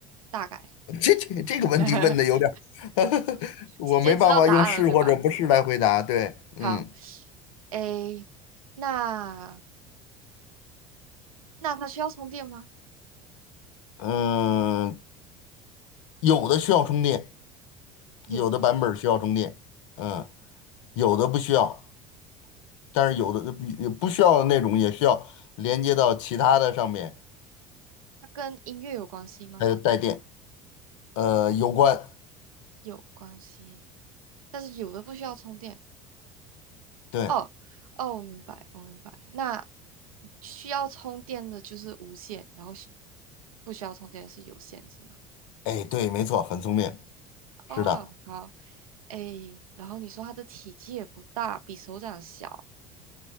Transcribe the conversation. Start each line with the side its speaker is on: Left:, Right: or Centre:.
Right: 大概
Left: <laughs> 这这这个问题问的有点儿，
Right: <laughs>
Left: <laughs> 我没办法用是或者不是来回答。
Right: 直接知道答案了，对吧？
Left: 对，
Right: 好，
Left: 嗯
Right: 诶，那那它需要充电吗？
Left: 嗯，有的需要充电，
Right: 有的是
Left: 有的版本儿需要充电，嗯，有的不需要，但是有的不不需要的那种也需要连接到其他的上面，
Right: 它跟音乐有关系吗？
Left: 它就带电。呃，有关，
Right: 有关系，但是有的不需要充电，
Left: 对，
Right: 哦哦，我明白，我明白。那需要充电的就是无线，然后需不需要充电的是有线，是吗？
Left: 哎，对，没错，很聪明，
Right: 哦，
Left: 是的。
Right: 好，诶，然后你说它的体积也不大，比手掌小，